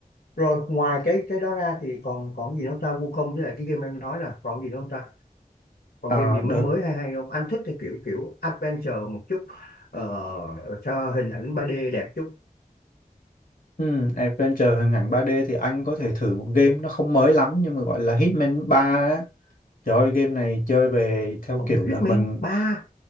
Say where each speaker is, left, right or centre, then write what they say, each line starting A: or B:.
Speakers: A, on the left; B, on the left.
A: rồi ngoài cái cái đó ra thì còn còn gì nữa không ta Wukong với lại cái game em nói là còn gì nữa không ta còn
B: Ờ,
A: game gì mới
B: đợt
A: mới hay hay không anh thích thì kiểu kiểu adventure một chút ờ, cho hình ảnh 3D đẹp chút
B: Ừ, Adventure hình ảnh 3D thì anh có thể thử một game nó không mới lắm nhưng mà gọi là Hitman 3 á. Trời ơi, game này chơi về theo
A: Ồ,
B: kiểu
A: Hitman
B: là mình
A: 3,